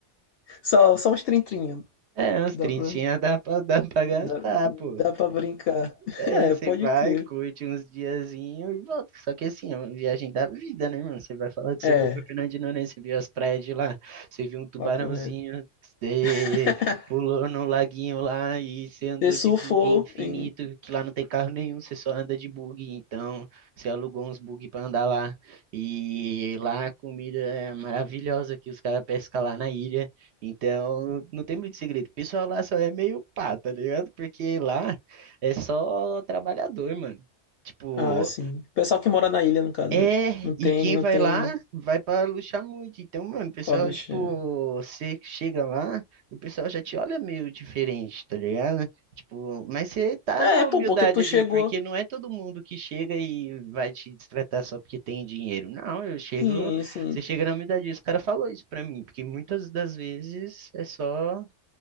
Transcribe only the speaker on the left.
Só, só uns trintrinha.
Dá
pra,
dá,
dá pra brincar. <laughs>
É,
pode
crer.
É,
papo reto.
<laughs>
Você surfou
em...
Ah, sim. Pessoal que mora na ilha, no caso,
né? Não tem,
não
tem
O Alexandre.
É,
É, pô,
porque tu
chegou.
Sim, sim.